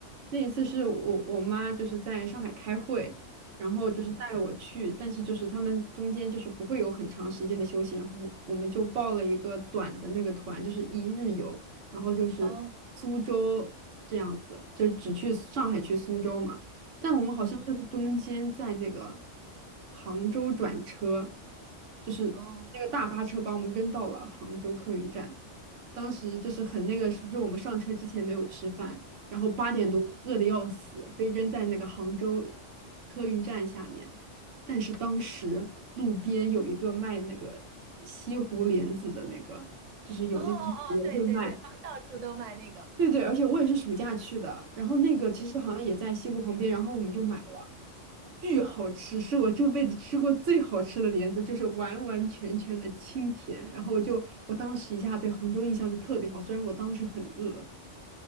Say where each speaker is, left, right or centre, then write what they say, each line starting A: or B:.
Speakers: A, on the right (about 75°); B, on the right (about 65°).
A: 那一次是我我妈就是在上海开会，然后就是带我去，
B: 嗯，
A: 但是就是他们中间就是不会有很长时间的休息，然后我们就报了一个短的那个团，就是一日游，然后就是苏州这样子，
B: 哦，
A: 就是只去上海去苏州嘛。但我们好像就是中间在那个
B: 嗯嗯
A: 杭州转车，就是那个大巴车把我们扔到了杭州客运站。
B: 嗯
A: 当时就是很那个是，就我们上车之前没有吃饭，然后八点多饿得要死，
B: 嗯，
A: 被扔在那个杭州客运站下面。但是当时路边有一个卖那个西湖莲子的那个，就是有那种也会卖。
B: 哦哦哦，对对对，他们到处都卖那个，
A: 对对，而且我也是暑假去的，然后那个其实好像也在西湖旁边，然后我们就买了，巨好吃，是我这辈子吃过最好吃的莲子，就是完完全全的清甜。然后我就我当时一下对杭州印象就特别好，虽然我当时很饿。